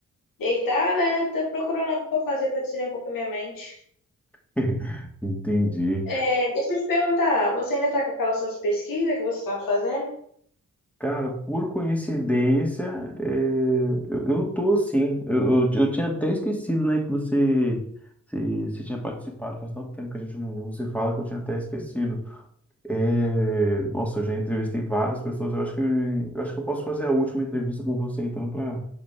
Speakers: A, on the left; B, in the centre.
A: deitada, né? Tô procurando algo pra fazer pra tirar um pouco a minha mente.
B: <laughs> Entendi.
A: É, deixa eu te perguntar, você ainda tá com aquelas suas pesquisas que você tá fazendo?
B: Cara, por coincidência, é, eu, eu tô sim. Eu, eu, eu tinha até esquecido, né, que você, você, você tinha participado. Faz tanto tempo que a gente não, não se fala que eu tinha até esquecido. É, nossa, eu já entrevistei várias pessoas. Eu acho que eu acho que eu posso fazer a última entrevista com você, então, para